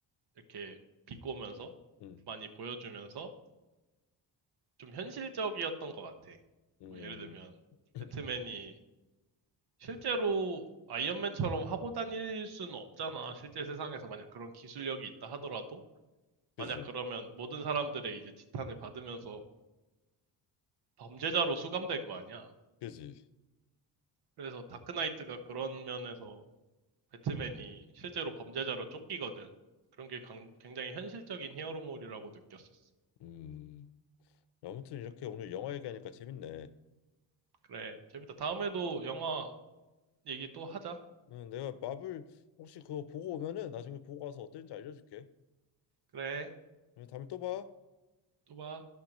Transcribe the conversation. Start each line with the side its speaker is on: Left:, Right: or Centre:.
Right: 이렇게 비꼬면서
Left: 음,
Right: 많이 보여주면서 좀 현실적이었던 것 같아.
Left: 음,
Right: 뭐 예를 들면
Left: <clears throat>
Right: 배트맨이 실제로 아이언맨처럼 하고 다닐 수는 없잖아. 실제 세상에서 만약 그런 기술력이 있다 하더라도
Left: 그지,
Right: 만약 그러면 모든 사람들의 이제 지탄을 받으면서 범죄자로 수감될 거 아니야.
Left: 그지,
Right: 그래서 다크나이트가 그런 면에서 배트맨이 실제로 범죄자로 쫓기거든. 그런 게 강- 굉장히 현실적인 히어로물이라고 느꼈었어.
Left: 음. 아무튼 이렇게 오늘 영화 얘기하니까 재밌네.
Right: 그래, 재밌다. 다음에도 영화 얘기 또 하자.
Left: 응, 내가 마블 혹시 그거 보고 오면은 나중에 보고 와서 어땠는지 알려줄게.
Right: 그래,
Left: 응, 다음에 또 봐.
Right: 또 봐.